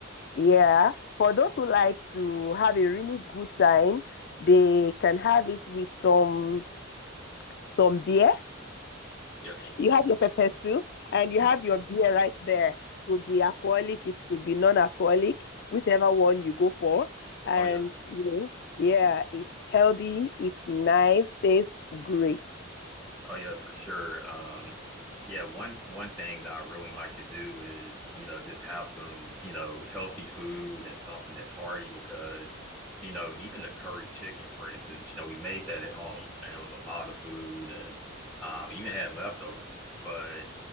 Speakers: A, on the left; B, in the centre.
A: Yeah. For those who like to have a really good time, they can have it with some some beer
B: yep.
A: you have your pepper soup and you have
B: Mm.
A: your beer right there. Could be alcoholic, it could be non-alcoholic, whichever one you go for. And
B: Oh yeah.
A: you know, yeah, it's healthy, it's nice, tastes great.
B: Oh yeah, for sure. Um, yeah, one one thing that I really like to do is, you know, just have some, you know, healthy food and something that's hearty because, you know, even the curry chicken, for instance, you know, we made that at home and it was a lot of food and um even had leftovers. But